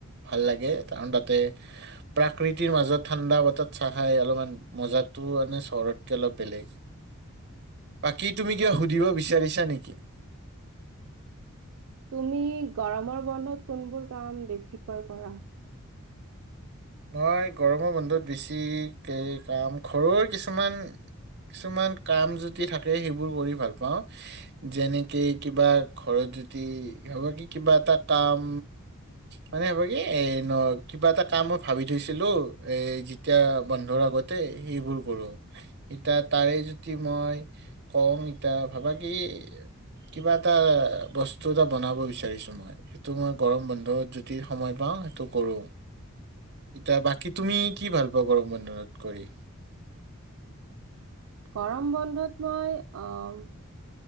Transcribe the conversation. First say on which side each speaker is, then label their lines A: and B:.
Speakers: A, on the right (about 50°); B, on the right (about 70°).
A: ভাল লাগে কাৰণ তাতে প্ৰাকৃতিৰ মাজত ঠাণ্ডা বতাহ চাহ খাই অলপমান মজাটো মানে চহৰতকে অলপ বেলেগ বাকী তুমি কিবা সুধিব বিচাৰিছ নেকি ম
B: তুমি গৰমৰ বন্ধত কোনবোৰ কাম বেছিকৈ কৰা
A: মই গৰমৰ বন্ধত বেছি কে কাম ঘৰৰ কিছুমান কিছুমান কাম যদি থাকে, সেইবোৰ কৰি ভাল পাওঁ। যেনেকে কিবা ঘৰত যদি হবা কি কিবা এটা কাম মানে হ'ব কি এ ন কিবা এটা কামত ভাবি থৈছিলো এ যেতিয়া বন্ধৰ আগতে সেইবোৰ কৰো। ইতা তাৰে যদি মই কওঁ ইতা ভাবা কি কিবা এটা বস্তু এটা বনাব বিচাৰিছো, মই সেইটো মই গৰম বন্ধত যদি সময় পাওঁ সেইটো কৰো। এতিয়া বাকী তুমি কি ভাল পোৱা গৰম বন্ধনত কৰি
B: গৰম বন্ধত মই অহ